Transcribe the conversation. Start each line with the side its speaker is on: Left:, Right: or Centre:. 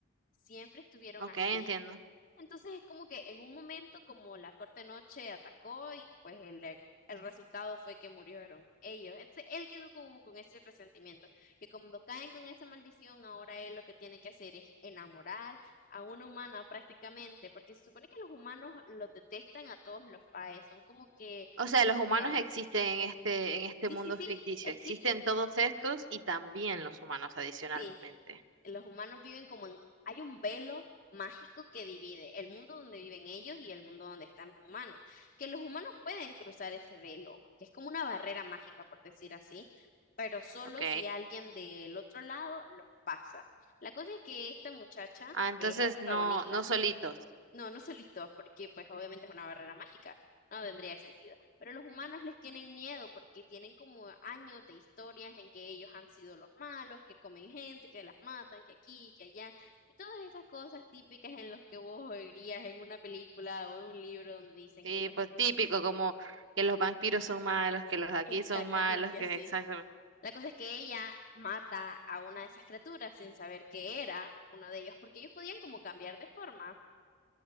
Left: Siempre estuvieron
Right: Ok,
Left: así.
Right: entiendo.
Left: Entonces es como que en un momento como la corte noche atacó y pues el, el resultado fue que murieron ellos. Entonces él quedó como con ese resentimiento. Y cuando caen con esa maldición, ahora él lo que tiene que hacer es enamorar a una humana prácticamente, porque se supone que los humanos los detestan a todos los faes, son como que
Right: O sea,
Left: nunca.
Right: los humanos existen en este, en este
Left: Sí,
Right: mundo
Left: sí, sí,
Right: ficticio.
Left: existen.
Right: Existen todos estos y también los humanos adicionalmente.
Left: Sí. los humanos viven como en, hay un velo mágico que divide el mundo donde viven ellos y el mundo donde están los humanos, que los humanos pueden cruzar ese velo, que es como una barrera mágica, por decir así, pero solo
Right: ¿Ok?
Left: si alguien del otro lado los pasa. La cosa es que esta muchacha,
Right: Ah, entonces
Left: que es la protagonista,
Right: no, no solitos.
Left: no, no solitos, porque pues obviamente es una barrera mágica, no tendría sentido. Pero los humanos les tienen miedo porque tienen como años de historias en que ellos han sido los malos, que comen gente, que las matan, que aquí, que allá, y todas esas cosas típicas en las que vos oirías en una película o en un libro donde dicen
Right: Sí,
Left: que pues
Right: pues
Left: es
Right: típico, como que los vampiros son malos, que los aquí
Left: exactamente
Right: son malos, que
Left: así.
Right: exactamente.
Left: La cosa es que ella mata a una de esas criaturas sin saber que era uno de ellos, porque ellos podían como cambiar de forma.